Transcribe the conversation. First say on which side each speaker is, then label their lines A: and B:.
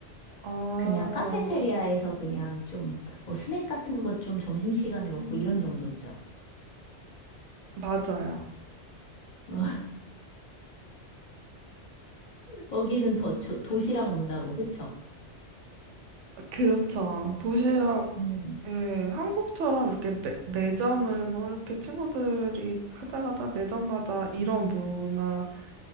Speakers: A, on the right; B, on the left.
A: 아,
B: 그냥 카페테리아에서 그냥 좀 뭐 스낵 같은 것 좀 점심시간에 먹고
A: 음,
B: 이런 정도죠.
A: 맞아요.
B: <laughs> 거기는 더 조- 도시락 문화고, 그쵸?
A: 그렇죠. 도시락,
B: 음,
A: 예, 한국처럼 이렇게 매, 매점을 뭐 이렇게 친구들이 가자 가자 매점 가자 이런 문화는